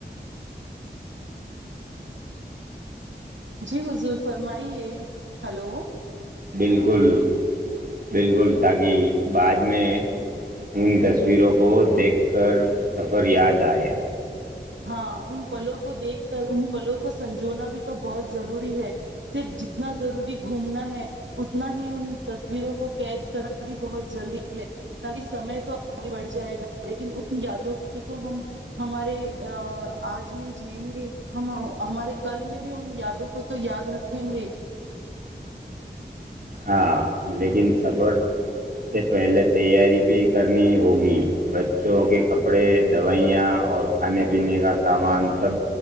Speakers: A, on the right; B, on the right.
A: جی حضور فرمائیے ہلو
B: بالکل بالکل تاکہ بعد میں ان تصویروں کو دیکھ کر سفر یاد آئے
A: ہاں ان پلوں کو دیکھ کر ان پلوں کو سنجونا بھی تو بہت ضروری ہے صرف جتنا ضروری گھومنا ہے اتنا ہی ان تصویروں کو قید کرنا بھی بہت ضروری ہے تاکہ سمے تو آگے بڑھ جائے گا لیکن ان یادوں کو تو ہم ہمارے ا آج میں جیئیں گے ہم ہمارے کل میں بھی ان یادوں کو تو یاد رکھیں گے
B: ہاں لیکن سفر سے پہلے تیاری بھی کرنی ہوگی بچوں کے کپ کپڑے دوائیاں اور کھانے پینے کا سامان سب